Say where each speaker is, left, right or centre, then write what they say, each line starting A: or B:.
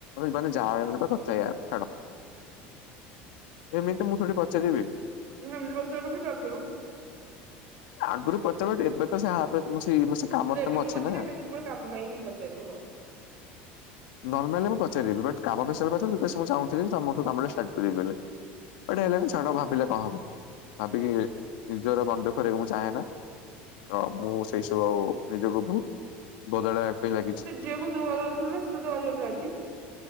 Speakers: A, on the left (about 75°); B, on the right (about 40°).
A: ୟାର <unintelligible> ଯାହା <unintelligible> ଛାଡ ଏମିତି ମୁଁ ଥୋଡି ପଚାରିବି।
B: ଆମେ ଏମିତି ପଚାରୁନୁ କି ତୁ ରାଗୁନୁ।
A: ଆଗୁରୁ ପଚାରୁନଥି ଏବେ ତ ସେ ହାପେ ମୁଁ ସେଇ ମୁଁ ସେ କାମରେ
B: ମାନେ
A: ତ
B: ଏବେ ମୁଁ
A: ଅଛି
B: ବୁଝିଲି
A: ନା।
B: ଏବେ କେବଳ କାମ ପାଇଁ ହିଁ ପଚାରିବୁ ହଉ।
A: ନର୍ମାଲରେ ମୁଁ ପଚାରିିବି ବଟ୍ କାମ <unintelligible> ପଚାରିଲି ବିକଜ୍ ମୁଁ ଚାହୁଁଥିଲି କି ତମଠୁ କାମଟା ଷ୍ଟାର୍ଟ କରିବି ବେଲେ ଏଇଟା ହେଲାନି
B: ହଁ
A: ଛାଡ
B: ହଁ
A: ଭାବିଲେ କଁ ହବ ଭାବିକି ନିଜର ମନ ଦୁଃଖ କରିଆକୁ ମୁଁ ଚାହେଁ ନା। ହଁ ମୁଁ ସେଇ ସବୁ ଆଉ ନିଜକୁ ବୋହୁତ ବଦଳାଇବା ପାଇଁ ଲାଗିଛି।
B: ସେ ଝିଅକୁ ତୁ କଲ୍ କରିଥିଲୁ ନା ସିଏ ତୋତେ କଲ୍ କରିଥିଲା ଆଜି?